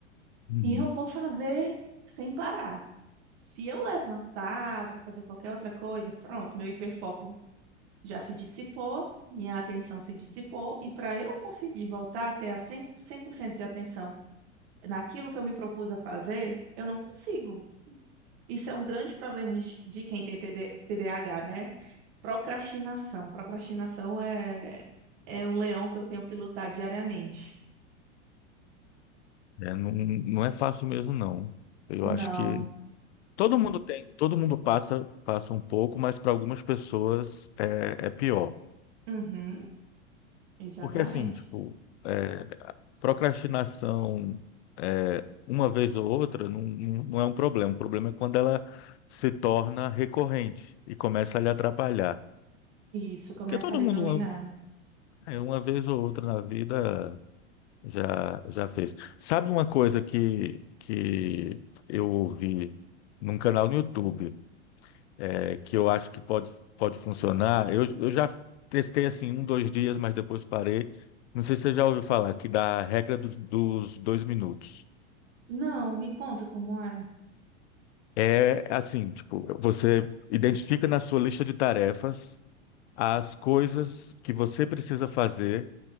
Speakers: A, on the left; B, on the right.
A: Uhum.
B: e eu vou fazer sem parar. Se eu levantar para fazer qualquer outra coisa, pronto, meu hiperfoco já se dissipou, minha atenção se dissipou, e para eu conseguir voltar a ter a cem, cem por cento de atenção naquilo que eu me propus a fazer, eu não consigo. Isso é um grande problema de, de quem tem TD, TDAH, né? Procrastinação. Procrastinação é, é um leão que eu tenho que lutar diariamente.
A: É, não, não é fácil mesmo, não. Eu
B: Não.
A: acho que todo mundo tem, todo mundo passa, passa um pouco, mas para algumas pessoas é, é pior.
B: Uhum, exatamente.
A: Porque assim, tipo, é, procrastinação é, uma vez ou outra não, não não é um problema. O problema é quando ela se torna recorrente e começa a lhe atrapalhar.
B: Isso, começa
A: Porque todo
B: a lhe
A: mundo,
B: dominar.
A: uma, é, uma vez ou outra na vida, já, já fez. Sabe uma coisa que, que eu ouvi num canal no YouTube? é, que eu acho que pode, pode funcionar. Eu, eu já testei assim um, dois dias, mas depois parei. Não sei se você já ouviu falar que da regra dos dos dois minutos.
B: Não, me conta como é.
A: É assim, tipo, você identifica na sua lista de tarefas as coisas que você precisa fazer